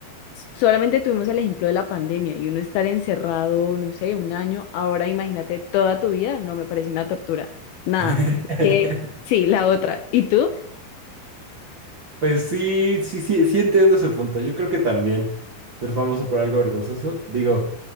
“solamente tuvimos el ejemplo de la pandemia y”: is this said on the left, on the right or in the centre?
Left